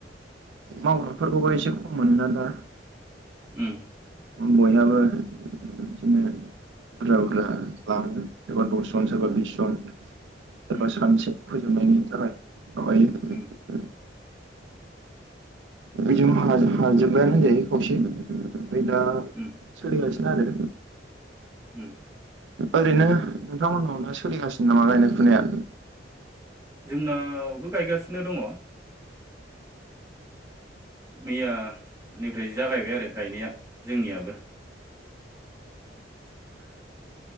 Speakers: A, on the right; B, on the right.
A: मावग्राफोरखौबो एसे खम मोनोना दा
B: उम उम
A: बयहाबो बिदिनो बुरजा बुरजा लाङो सोरबा दस जन सोरबा बिस जन सोरबा
B: उम
A: सानसे फोजोबनायनि थाखाय माबायो
B: उम
A: बेजों हाजोबायानो होनजायो खौसे ओमफ्राय दा
B: उम
A: सोलिगासिनो आरो
B: उम
A: ओरैनो नोंथांमोननाव दा सोलिगासिनो नामा गायनाय फुनाया
B: जोंनावबो गायगासिनो दङ मैयानिफ्राय जागायबाय आरो गायनाया जोंनियाबो <inaudible>